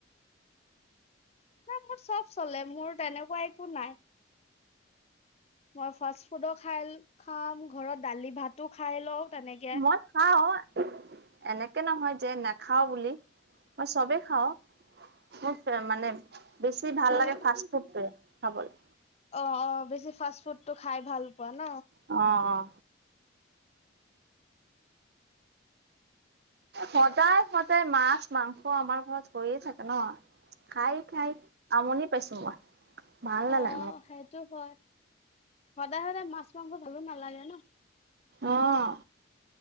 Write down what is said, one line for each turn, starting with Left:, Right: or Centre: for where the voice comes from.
Left: নাই মোৰ চব চলে মোৰ তেনেকুৱা একো নাই। মই ফাষ্ট ফুডো খাই খাম, ঘৰত দালি-ভাতো খাই লওঁ তেনেকে।
Right: মই খাওঁ <inaudible> এনেকে নহয় যে নেখাওঁ বুলি মই চবে খাওঁ। মোৰ ফে মানে, বেছি ভাল
Left: মানে
Right: লাগে ফাষ্ট ফুডটোৱে খাবলে।
Left: অঁ-অঁ! বেছি ফাষ্ট ফুডটো খাই ভাল পোৱা ন।
Right: অঁ-অঁ! সদায়-সদায় মাছ, মাংস আমাৰ ঘৰত হৈয়েই থাকে ন। খাই-খাই আমনি পাইছোঁ মই। ভাল
Left: অঁ!
Right: নালাগে মোক
Left: সেইটো হয়। সদায়-সদায় মাছ, মাংস ভালো নালাগে ন।
Right: অঁ!